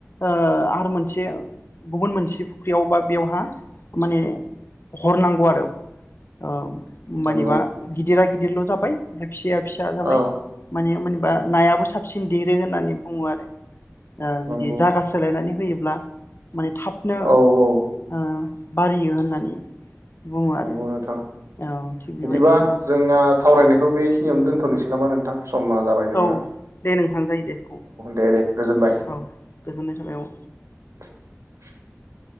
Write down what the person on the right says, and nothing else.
नंगौ
औ
नंगौ
औ औ
नंगौ
नोंथां
बिदिबा जोंना सावरायनायखौ बेखिनियाव दोनथ'नोसै नामा नोंथां? समा जाबाय जोंना
दे दे गोजोनबाय
<inaudible>